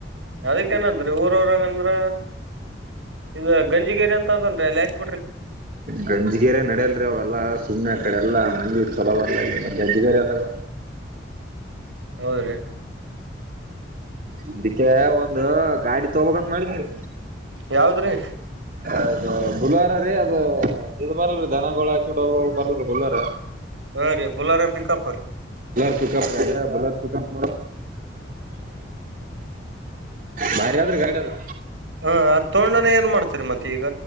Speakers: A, on the right; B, on the right.
A: ಅದಕ್ಕೇಏನಾದ್ರೀ ಊರವರಾಗಂದ್ರ ಇದು ಗಂಜಗೇರಿ ಅಂತ ಅದಲ್ರಿಯಕ್
B: ಗಂಜಗೆರೆ ನಡಲ್ರಿ ಅವಲ್ಲಾ ಸುಮ್ನೆ ಕಡೆ ಎಲ್ಲಾ ಮಂಜಿ ಚಲ ಬರ್ ಗಧಗ ಅಲ್ಲ
A: ಹೌದ್ರೀ
B: ಇದಕ್ಕೆ ಒಂದು ಗಾಡಿ ತೊಗಕಂದ ಮಾಡಿದವಿ
A: ಯಾವದ್ರೀ
B: ಅದು ಬುಲ್ವಾರ ರೀ ಅದ ಇದು ಬರಲ್ರಿ ದನಗಳು ಹಾಕೊಂಡು ಹೋಗೋಗ ಬರ್ಲ್ರಿ ಬುಲ್ವಾರ
A: ಹಾ ರೀ Bolero pickup
B: Bolero pickup Bolero pickup ಬಾರಿದ್ರೆ ಗೈಡ ಅದು
A: ಹಾ ಹತ್ತೊಂಡನ ಏನ್ ಮಾಡ್ತರಿ ಮತ್ತೆ ಈಗ